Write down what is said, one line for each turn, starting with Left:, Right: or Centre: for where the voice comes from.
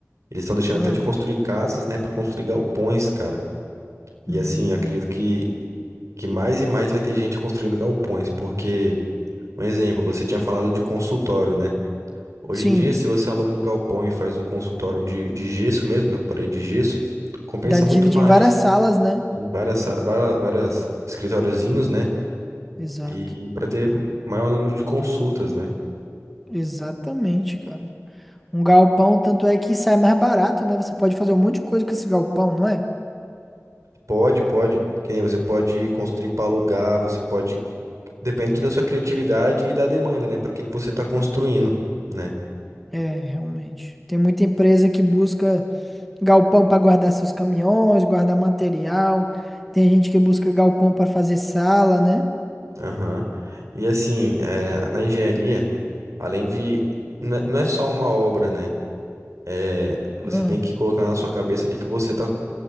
Right: Eles estão deixando
Centre: Ah,
Right: até de construir casas, né, para construir galpões, cara. E
Centre: hum,
Right: assim, eu acredito que, que mais e mais vai ter gente construindo galpões, porque, um exemplo, você tinha falado de consultório, né? Hoje
Centre: sim,
Right: em dia, se você aluga um galpão e faz um consultório de, de gesso mesmo, né, com parede de gesso, compensa
Centre: dá dívida
Right: muito mais.
Centre: em várias salas, né?
Right: Tem várias, sala- várias, várias escritóriozinhos, né?
Centre: Exato,
Right: E para ter maior número de consultas, né?
Centre: exatamente, cara. Um galpão, tanto é que sai mais barato, né? Você pode fazer um monte de coisa com esse galpão, não é?
Right: Pode, pode. Que nem você pode construir para alugar, você pode. Depende da sua criatividade e da demanda, né? Para que que você está construindo, né?
Centre: É, realmente. Tem muita empresa que busca galpão para guardar seus caminhões, guardar material. Tem gente que busca galpão para fazer sala, né?
Right: Aham. E assim, é, na engenharia, além de. Não é não é só uma obra, né? É, você
Centre: Ah,
Right: tem que colocar na sua cabeça de que você tá,